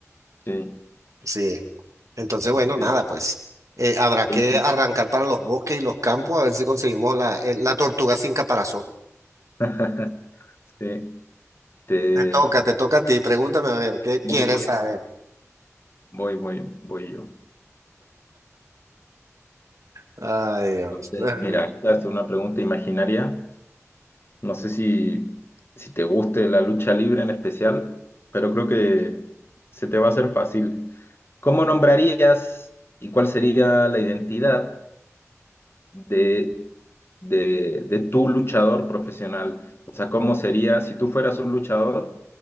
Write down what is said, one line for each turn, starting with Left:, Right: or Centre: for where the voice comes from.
Left: Sí,
Right: Sí. Entonces, bueno,
Left: ok.
Right: nada, pues eh, habrá que
Left: Sí.
Right: arrancar para los bosques y los campos a ver si conseguimos la, eh, la tortuga sin caparazón.
Left: <laughs> Sí, te...
Right: Toca, te toca a ti. Pregúntame a ver, ¿qué quieres
Left: Voy, voy,
Right: saber?
Left: voy, voy, voy yo.
Right: Ay, Dios.
Left: Entonces,
Right: <laughs>
Left: Mira, esta es una pregunta imaginaria. No sé si, si te guste la lucha libre en especial, pero creo que se te va a hacer fácil. ¿Cómo nombrarías y cuál sería la identidad de, de, de tu luchador profesional? O sea, ¿cómo sería, si tú fueras un luchador,